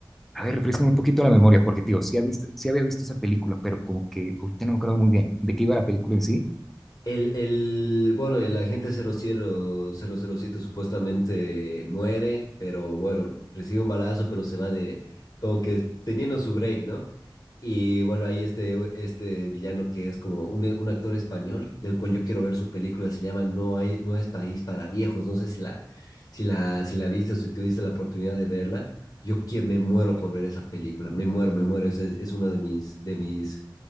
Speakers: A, in the centre; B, on the left.
A: a ver, refrescame un poquito la memoria, porque, tío, sí, había visto, sí había visto esa película, pero como que ahorita no me acuerdo muy bien de qué iba la película en sí.
B: El, el, bueno, el agente cero cero cero cero siete supuestamente muere, pero bueno, recibe un balazo, pero se va de, como que teniendo su break, ¿no? Y bueno, ahí este, este villano que es como un, un actor español, del cual yo quiero ver su película, se llama No hay, no es país para viejos, no sé si la, si la, si la viste o si tuviste la oportunidad de verla, yo que, me muero por ver esa película, me muero, me muero, es, es es una de mis, de mis